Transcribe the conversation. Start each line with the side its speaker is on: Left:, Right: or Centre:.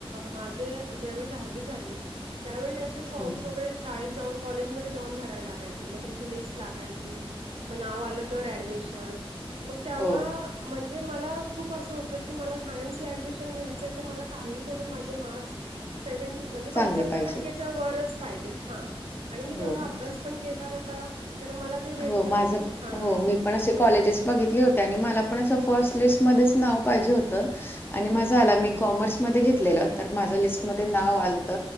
Right: माझे ज्यावेळी दहावी. त्यावेळेस असे फॉर्म
Left: हो,
Right: वगैरे असे. शाळेत जाऊन कॉलेजमध्ये जाऊन भरायला लागायचे मग तुमची लिस्ट लागायची. मग नाव आलं तर ऍडमिशन मग तेव्हा.
Left: हो.
Right: म्हे मला खूप असं होतं क मला सायन्स ला ऍडमिशन घ्यायचंय तर मला काही कर. माझे मार् सेव्ही म्हणजे पंर
Left: चांगले पाहिजेत.
Right: टक्क्याच्या वच पाहिजेत हा. आणि मी
Left: हो.
Right: तेवढा अभ्यास पण केला होता तर मला. ते भेटलं
Left: हो माझं
Right: तर खूप छान वाटलं
Left: हो मी पण असे. कॉलेजेस बघितली होते आणि मला पण असं फर्स्ट लिस्टमध्येध्येच नाव पाहिजे होतं. आणि माझा आला मी कॉमर्समध्येध्ये घेतलेलं तर माझं लिस्टमध्ये नाव आलत.